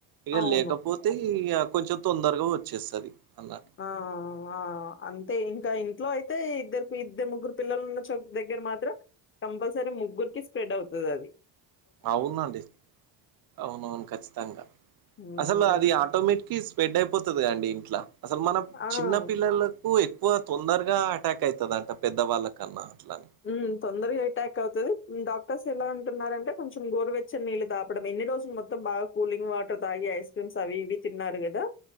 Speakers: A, on the right; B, on the left.
A: ఇక
B: అవును.
A: లేకపోతే ఇగ కొంచెం తొందరగా వచ్చేస్తది అలా
B: అవు ఆ అంతే ఇంకా ఇంట్లో అయితే ఇద్దరు ఇద్దరు ముగ్గురు పిల్లలు ఉన్న చో దగ్గర మాత్రం కంపల్సరీ ముగ్గురికి స్ప్రెడ్ అవుతాది అది
A: అవునండి అవునవును ఖచ్చితంగా
B: హ్మ్.
A: అసలు అది ఆటోమేటిక్ స్ప్రెడ్డ్ అయిపోతదిగా ఇంట్లా అసలు మనం
B: ఆ!
A: చిన్న పిల్లల కు ఎక్కువ తొందరగా అటాక్ అయితదంట పెద్దవాళ్ళ కన్నా అట్ల
B: ఉమ్మ్ తొందరగా అటాక్ అవుతది డాక్టర్స్ ఎలా అంటున్నారంటే కొంచెం గోరువెచ్చ నీళ్ళ తాపడం ఎన్ని రోజులు మొ త్తం బాగా కూలింగ్ వాటర్ తాగి ఐస్ క్రీమ్స్ అవి ఇవి తిన్నారు కదా